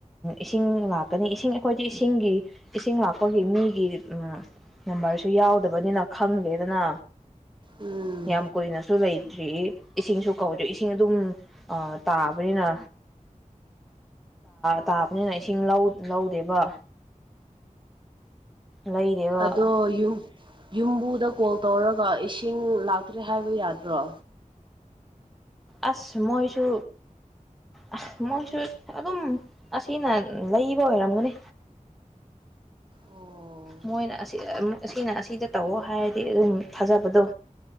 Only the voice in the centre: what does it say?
ꯏꯁꯤꯡ ꯂꯥꯛꯀꯅꯤ ꯏꯁꯤꯡ ꯑꯩꯈꯣꯏꯗꯤ ꯏꯁꯤꯡꯒꯤ ꯏꯁꯤꯡ ꯂꯥꯛꯄꯒꯤ ꯃꯤꯒꯤ ꯎ ꯅꯝꯕꯔꯁꯨ ꯌꯥꯎꯗꯕꯅꯤꯅ ꯈꯪꯗꯦꯗꯅ
ꯌꯥꯝ ꯀꯨꯏꯅꯁꯨ ꯂꯩ ꯍꯧ ꯏꯁꯤꯡꯁꯨ ꯀꯧꯗꯦ ꯏꯁꯤꯡ ꯑꯗꯨꯝ ꯇꯥꯕꯅꯤꯅ ꯇꯥꯕꯅꯤꯅ ꯏꯁꯤꯡ ꯂꯧꯗꯦꯕ ꯂꯩꯔꯦꯕ
ꯑꯁ ꯃꯣꯏꯁꯨ ꯑꯁ ꯃꯣꯏꯁꯨ ꯑꯗꯨꯝ ꯑꯁꯤꯅ ꯂꯩꯕ ꯑꯣꯏꯔꯝꯒꯅꯤ
ꯃꯣꯏꯅ ꯑꯁꯤ ꯑꯁꯤꯅ ꯑꯁꯤꯗ ꯇꯧꯑꯣ ꯍꯥꯏꯔꯗꯤ ꯑꯗꯨꯝ ꯊꯥꯖꯕꯗꯣ